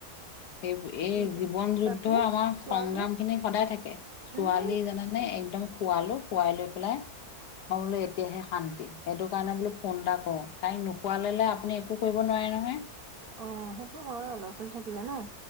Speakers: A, on the left; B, on the right.
A: সেই
B: কি
A: এই
B: কৰিবা
A: জীৱন যুদ্ধৰ
B: বাকী
A: আমাৰ
B: ছোৱালী
A: সংগ্ৰাম খিনি সদায় থাকে। ছোৱালী
B: উম
A: জানোনে একদম শুৱালো, শুৱাই লৈ পেলাই মই বোলো এতিয়াহে শান্তি, সেইটো কাৰণে বোলো ফোন এটা কৰো, তাইক নোশুৱাই ললে আপুনি- একো কৰিব নোৱাৰে নহয়।
B: অঁ, সেইটো হয় ল'ৰা- ছোৱালী থাকিলে ন।